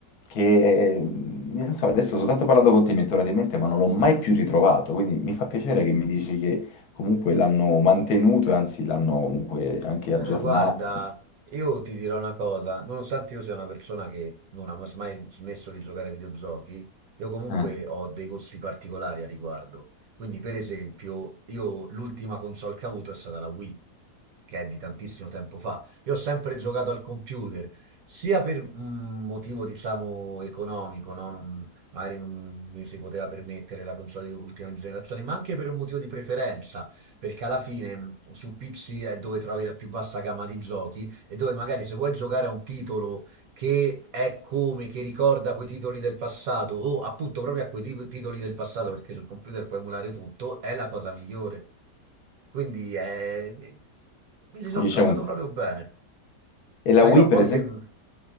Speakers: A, on the left; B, on the right.
A: che mm, non so, adesso soltanto parlando con te mi è tornato in mente, ma non l'ho mai più ritrovato, quindi mi fa piacere che mi dici che comunque l'hanno mantenuto e anzi l'hanno comunque anche
B: Beh,
A: aggiornato.
B: guarda, io ti dirò una cosa, nonostante io sia una persona che non ha mai smesso di giocare ai videogiochi, io comunque
A: Eh,
B: ho dei gusti particolari a riguardo. Quindi, per esempio, io l'ultima console che ho avuto è stata la Wii, che è di tantissimo tempo fa. Io ho sempre giocato al computer, sia per un motivo, diciamo, economico, no? Non- magari non mi si poteva permettere la console di ultima generazione, ma anche per un motivo di preferenza perché alla fine mh, su PC è dove trovi la più vasta gamma di giochi e dove magari se vuoi giocare a un titolo che è come, che ricorda quei titoli del passato o appunto proprio a quei tip- titoli del passato perché sul computer puoi emulare tutto, è la cosa migliore. Quindi è... mi mi ci
A: Quindi
B: sono trovato
A: c'è un... senso.
B: proprio bene.
A: E la
B: Sai,
A: Wii,
B: io a
A: per
B: volte...
A: esempio,
B: mh,